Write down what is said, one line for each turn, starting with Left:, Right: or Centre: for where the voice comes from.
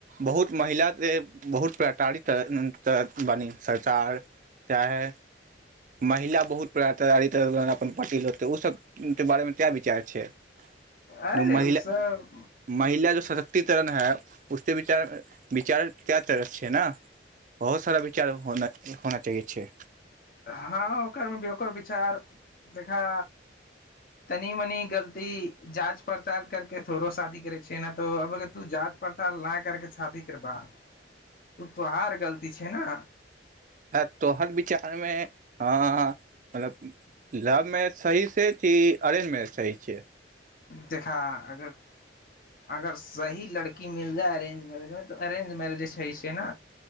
Right: बहुत महिला के बहुत पटारित बनी सरकार चाहे महिला बहुत प्रतारित अपन पति लोग के ओसभ के बारे मे तै विचार छै
Left: अरे
Right: जो महिला
Left: उ सब
Right: महिला जो सशक्तिकरण है उ विचार विचार क्य तर छै ने बहुत सारा विचार होना चाही छै
Left: हँ ओकरमेी ओकर विचार देखा तनि मनि गलती जाँच पड़ताल करके थोड़ो शादी करै छै ने तऽब तू जाँच पड़ताल नहि करके शादी करबा तू तोहार गलती छै ने
Right: ह तो हर विचारमे अ मतलब लव मैरेज सही छै किी अरेज मैरेज सही छै
Left: देखा अगर अगर सही लड़की मिल जाय अरेंज मैरेज मे त अरेंज मैरेज जे छै ने